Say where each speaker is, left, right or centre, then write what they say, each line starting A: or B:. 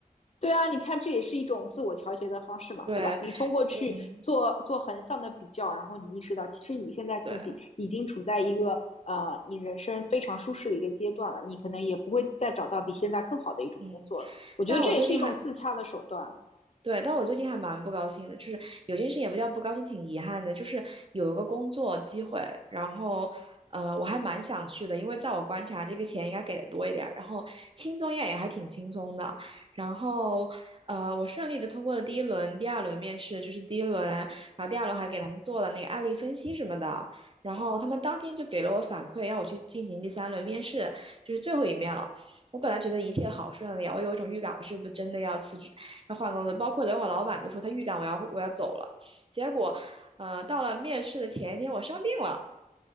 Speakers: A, on the left; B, on the right.
A: 对啊，你看这也是一种自我调节的方式嘛，
B: 对，
A: 对吧？你通过去做做横向的比较，
B: 嗯，
A: 然后你意识到，其实你现在自己已经处在一个呃你人生非常舒适的一个阶段了，
B: 对，
A: 你可能也不会再找到比现在更好的一种工作了。
B: 嗯，
A: 我觉得这也是一种自洽的手段。
B: 但我最近还对，但我最近还蛮不高兴的，就是有件事也不叫不高兴，挺遗憾的，就是有一个工作机会，然后呃，我还蛮想去的，因为在我观察，这个钱应该给的多一点儿，然后轻松也也还挺轻松的，然后呃，我顺利的通过了第一轮、第二轮面试，就是第一轮，然后第二轮还给他们做了那个案例分析什么的，然后他们当天就给了我反馈，要我去进行第三轮面试，就是最后一面了。我本来觉得一切好顺利啊，我有一种预感，我是不是真的要辞职？要换工作，包括连我老板都说他预感我要我要走了。结果，呃，到了面试的前一天，我生病了，